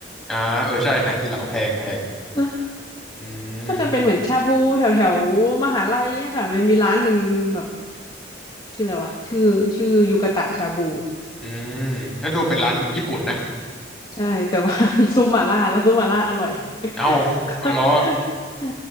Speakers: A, in the centre; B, on the left.
A: อ่าเออใช่ไหตี้เหลาแพงแพง
B: <laughs>
A: อื
B: ก็จะเป็นเหมือนชาบูแถวแถวมหาลัยอะค่ะมันมีร้านหนึ่งแบบ
A: ม
B: ชื่ออะไรวะชื่อชื่อยูกะตะชาบู
A: อืมก็ดูเป็นร้านญี่ปุ่นนะ
B: ใช่แต่ว่า <laughs> มีซุปหม่าล่าแล้วซุปหม่าล่าอร่อย
A: เอ้าเอาเหรอ
B: <laughs> ก็ก็ใช่